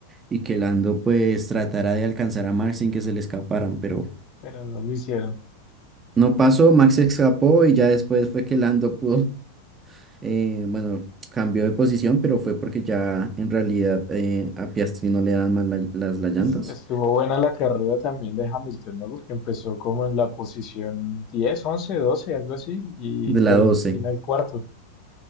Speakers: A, on the right; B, on the left.
A: y que Lando pues tratara de alcanzar a Max sin que se le escaparan, pero
B: pero no lo hicieron.
A: no pasó, Max se escapó y ya después fue que Lando pudo eh, bueno, cambió de posición, pero fue porque ya en realidad eh, a Piastri no le dan más la- las, las llantas
B: Es- estuvo buena la carrera también de Hamilton, ¿no? Porque empezó como en la posición 10, 11, 12, algo así, y
A: de la
B: terminó
A: 12.
B: al final cuarto.